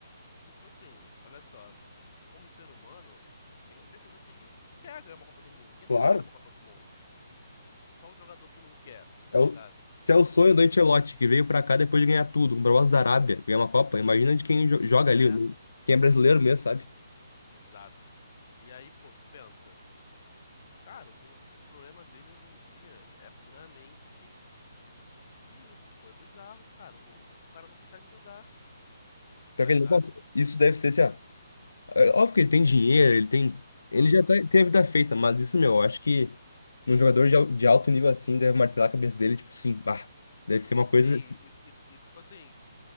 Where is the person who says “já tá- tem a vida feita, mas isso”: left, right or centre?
Left